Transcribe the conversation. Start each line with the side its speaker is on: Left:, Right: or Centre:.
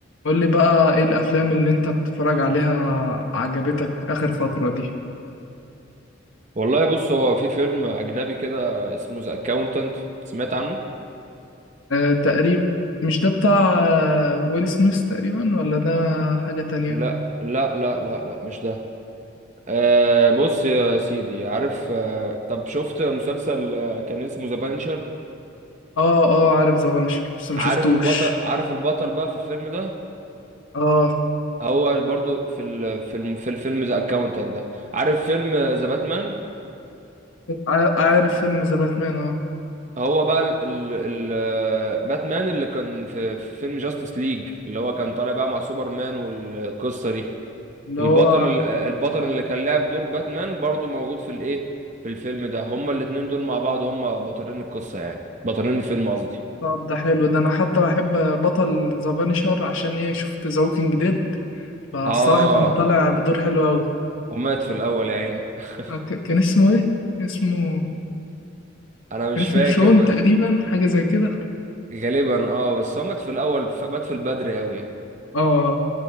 Left: قول لي بقى ايه الافلام اللي انت بتتفرج عليها عجبتك اخر فترة دي
Right: والله بص هو في فيلم اجنبي كده اسمه ذا اكاونتنت سمعت عنه
Left: أه تقريبا مش ده بتاع آه، ويل سميث تقريبا ولا ده حاجة تانية
Right: لا لا لا لا لا مش ده آه بص يا سيدي عارف آه طب شفت مسلسل آه، كان اسمه ذا بانشر
Left: اه اه عارف ذا بانشر بس ما
Right: عارف
Left: شفتوش
Right: البطل عارف البطل بقى في الفيلم ده
Left: اه
Right: هو برضو في ال في الم في الفيلم ذا اكاونتنت ده عارف فيلم ذا باتمان
Left: ع- عارف فيلم ذا باتمان اه
Right: هو بقى ال ال ال- باتمان اللي كان في, في فيلم جاستس ليج اللي هو كان طالع بقى مع سوبرمان والقصة دي
Left: اللي
Right: البطل
Left: هو
Right: ال- البطل اللي كان لعب دور باتمان برضو موجود في الايه في الفيلم ده هما الاتنين دول مع بعض هما بطلين القصة يعني بطلين الفيلم قصدي
Left: طب ده حلو ده انا حتى بحب بطل ذا بانشر عشان ايه شفت ذا ووكينج ديد فالصراحة
Right: اه
Left: كان طالع بدور حلو قوي
Right: ومات في الاول يا عيني <laughs>
Left: آه، ك- كان اسمه ايه اسمه
Right: انا
Left: كان
Right: مش
Left: اسمه
Right: فاكر
Left: شون
Right: بقى
Left: تقريبا حاجة زي كده
Right: غالبا اه بس هو مات في الاول ف- مات في البدري قوي يعني
Left: اه